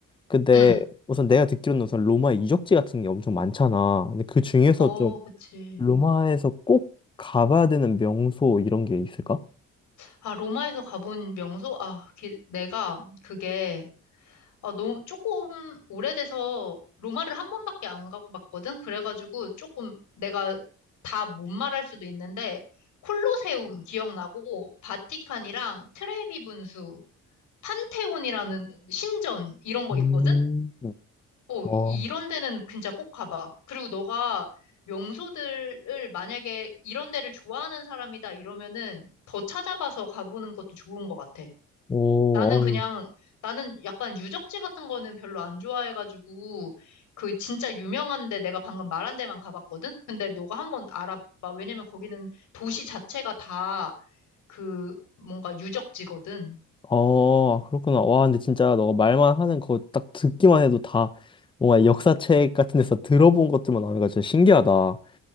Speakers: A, on the left; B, on the left.
A: 근데
B: 음.
A: 우선 내가 듣기로는 우선 로마의 유적지 같은 게 엄청 많잖아. 근데 그 중에서
B: 어,
A: 좀
B: 그치.
A: 로마에서 꼭 가봐야 되는 명소 이런 게 있을까?
B: 아, 로마에서 가본 명소? 아, 기- 내가 그게 아, 너무 조금 오래돼서 로마를 한 번밖에 안 가봤거든. 그래가지고 조금 내가 다 못 말할 수도 있는데 콜로세움 기억나고 바티칸이랑 트레비 분수 판테온이라는 신전 이런 거
A: 음,
B: 있거든?
A: 응.
B: 어,
A: 어,
B: 이런 데는 진짜 꼭 가봐. 그리고 너가 명소들을 만약에 이런 데를 좋아하는 사람이다 이러면은 더 찾아봐서 가보는 것도 좋은 것 같아.
A: 오,
B: 나는 그냥, 나는 약간 유적지 같은 거는 별로 안 좋아해가지고, 그 진짜 유명한데 내가 방금 말한 데만 가봤거든? 근데 너가 한번 알아봐. 왜냐면 거기는 도시 자체가 다 그 뭔가 유적지거든.
A: 어, 그렇구나. 와, 근데 진짜 너가 말만 하는 거 딱 듣기만 해도 다 뭔가 역사책 같은 데서 들어본 것들만 나오니까 진짜 신기하다.